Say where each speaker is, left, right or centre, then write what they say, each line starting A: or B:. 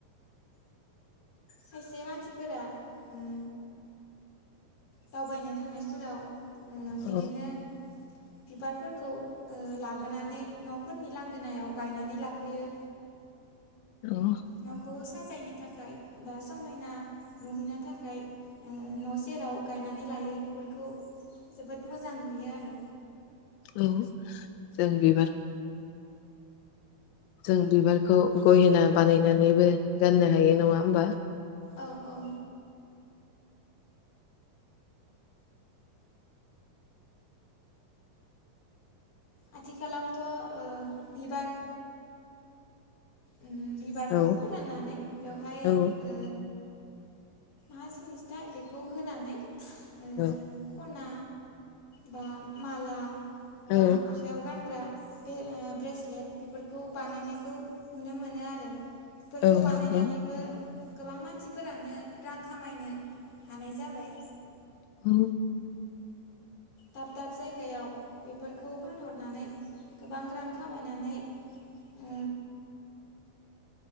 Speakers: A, on the left; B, on the left.
A: खायसे मानसिफोरा ओ दावबायनो थांनायफोराव ओ
B: औ
A: बिदिनो बिबारफोर खौ ओ लाबोनानै न'फोरनि लांगोनायाव गायनानै लाफैयो।
B: औ
A: न'खौ साजायनो थाखाय बा समायना नुहोनो थाखाय ओ न' सेराव गायनानै ला यो। बेफोरखौ जोबोद मोजां नुयो आरो
B: औ जों बिबार जों बिबारखौ गहेना बानायनानैबो गाननो हायो। नङा होमबा?
A: औ औ आथिखालावथ' ओ बिबार उम बिबारखौ
B: औ
A: फोराननानै बेवहाय
B: औ
A: ओ मा जिनिस थाय बेखौ होनानै ओ
B: औ
A: खना बा माला बा
B: औ
A: आखाइयाव गानग्रा बे ब्रेसलेट बेफोरखौ बानायनायखौ नुनो मोनो आरो बेफोरखौ
B: औ
A: बानायनानैबो
B: नंगौ
A: गोबां मानसिफोरानो रां खामायनो हानाय जाबाय
B: औ
A: दाब दाब जायगायाव बेफोरखौ फानहरनानै गोबां रां खामायनानै
B: <inaudible>
A: ओ